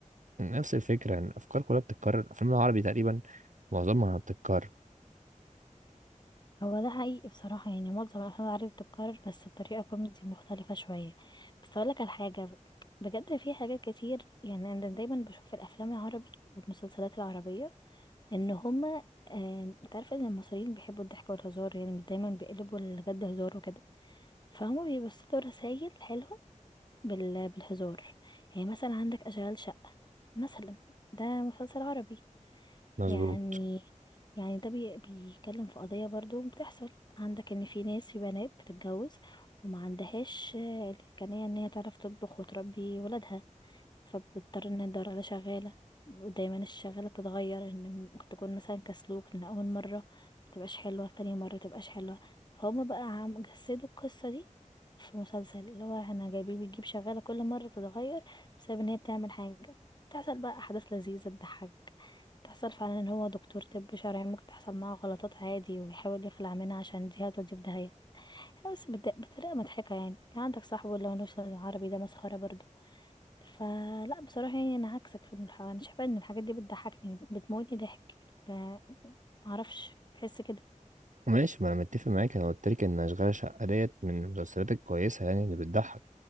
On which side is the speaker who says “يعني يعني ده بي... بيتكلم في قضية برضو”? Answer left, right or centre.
Left